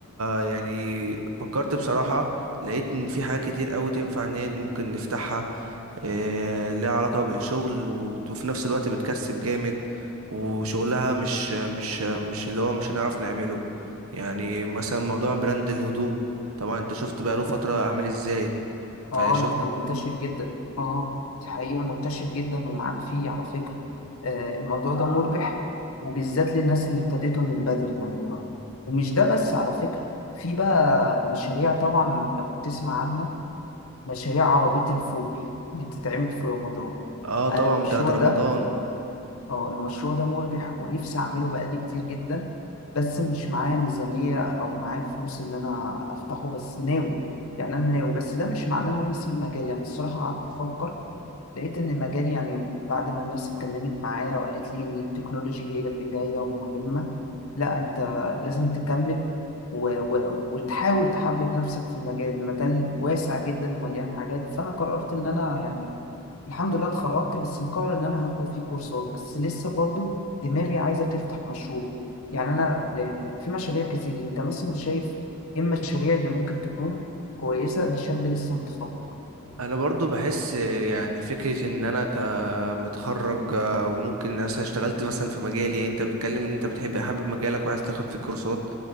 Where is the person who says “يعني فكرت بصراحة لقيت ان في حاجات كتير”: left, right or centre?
Right